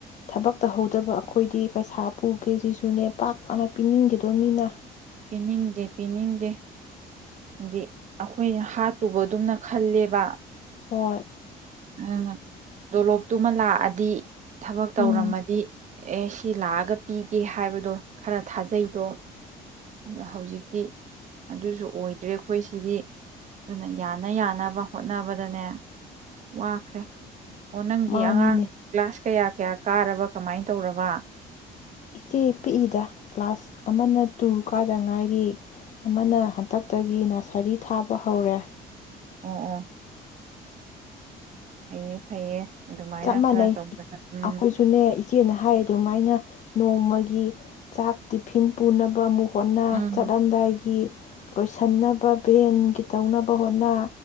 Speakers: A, on the left; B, on the right.
A: ꯊꯕꯛ ꯇꯧꯍꯧꯗꯕ ꯑꯩꯈꯣꯏꯗꯤ ꯄꯩꯁꯥ ꯄꯨ ꯀꯦꯖꯤꯁꯨꯅꯦ ꯄꯥꯛ ꯄꯥꯛꯅ ꯄꯤꯅꯤꯡꯗꯦꯗꯣ ꯃꯤꯅ
B: ꯄꯤꯅꯤꯡꯗꯦ ꯄꯤꯅꯤꯡꯗꯦ ꯍꯥꯏꯗꯤ ꯑꯩꯈꯣꯏꯅ ꯍꯥꯠꯇꯨꯕ ꯑꯗꯨꯝꯅ ꯈꯜꯂꯦꯕ
A: ꯍ
B: ꯑꯗꯨꯅ ꯇꯣꯂꯣꯞꯇꯨꯃ ꯂꯥꯛꯑꯗꯤ ꯊꯕꯛ ꯇꯧꯔꯝꯃꯗꯤ
A: ꯎꯝ
B: ꯑꯦ ꯁꯤ ꯂꯥꯛꯑꯒ ꯄꯤꯒꯦ ꯍꯥꯏꯕꯗꯣ ꯈꯔ ꯊꯥꯖꯩꯗꯣ ꯑꯗꯣ ꯍꯧꯖꯤꯛꯇꯤ ꯑꯗꯨꯁꯨ ꯑꯣꯏꯗ꯭ꯔꯦ ꯑꯩꯈꯣꯏ ꯁꯤꯗꯤ ꯑꯗꯨꯅ ꯌꯥꯅ ꯌꯥꯅꯕ ꯍꯣꯠꯅꯕꯗꯅꯦ ꯋꯥꯈ꯭ꯔꯦ ꯑꯣ ꯅꯪꯗꯤ
A: ꯃꯥꯅꯤꯅꯦ
B: ꯑꯉꯥꯡ ꯀ꯭ꯂꯥꯁ ꯀꯌꯥ ꯀꯌꯥ ꯀꯥꯔꯕ ꯀꯃꯥꯏꯅ ꯇꯧꯔꯕ
A: ꯏꯆꯦ ꯄꯤꯛꯏꯗ ꯀ꯭ꯂꯥꯁ ꯑꯃꯅ ꯇꯨ ꯀꯥꯗ ꯉꯥꯏꯔꯤ ꯑꯃꯅ ꯍꯟꯇꯛꯇꯒꯤ ꯅꯁꯔꯤ ꯊꯥꯕ ꯍꯧꯔꯦ
B: ꯎ ꯑ ꯐꯩꯌꯦ ꯐꯩꯌꯦ ꯑꯗꯨꯃꯥꯏꯅ
A: ꯆꯞ ꯃꯥꯟꯅꯩ
B: ꯈꯔ ꯇꯧꯗꯅ ꯎꯝ
A: ꯑꯩꯈꯣꯏꯁꯨꯅꯦ ꯏꯆꯦꯅ ꯍꯥꯏ ꯑꯗꯨꯃꯥꯏꯅ ꯅꯣꯡꯃꯒꯤ ꯆꯥꯛ ꯇꯤꯐꯤꯟ ꯄꯨꯅꯕ ꯑꯃꯨꯛ ꯀꯣꯟꯟꯅ
B: ꯎꯝ
A: ꯆꯠꯂꯝꯗꯥꯏꯒꯤ ꯂꯣꯏꯁꯤꯟꯅꯕ ꯚꯦꯟꯒꯤ ꯇꯧꯅꯕ ꯍꯣꯠꯅ